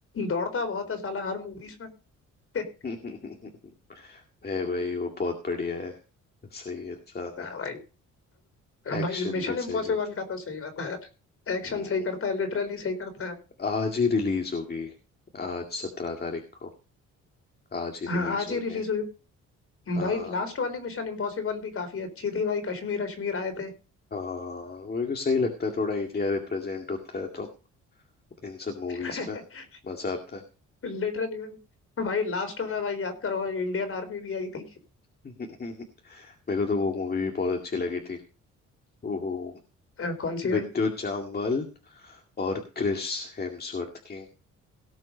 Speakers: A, on the left; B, on the left.
A: दौड़ता बहुत है साला हर मूवीज में <laughs>
B: <laughs> है भाई वो बहुत बढ़िया है सही इंसान
A: भाई
B: है एक्शन
A: भाई मिशन
B: भी
A: इम्पॉसिबल
B: सही करता
A: का
B: है
A: तो सही होता है एक्शन
B: हम्म
A: सही करता है लिटरली सही करता है
B: आज ही रिलीज होगी आज सत्रह तारीख को आज ही
A: हाँ
B: रिलीज
A: आज
B: होनी
A: ही रिलीज
B: है
A: हुई
B: हाँ
A: भाई लास्ट वाली मिशन इम्पॉसिबल भी काफी अच्छी थी भाई कश्मीर अश्मीर आए थे
B: हाँ मेरे को सही लगता है थोड़ा इंडिया रिप्रेजेंट होता है तो इन सब मूवीज
A: <laughs>
B: में मजा आता है
A: लिटरली भाई लास्ट में भाई याद करो भाई इंडियन आर्मी भी आई थी
B: <laughs> मेरे को तो वो मूवी भी बहुत अच्छी लगी थी वो
A: अ, कौन सी
B: विद्युत
A: भाई
B: जामवाल और क्रिस हेम्सवर्थ की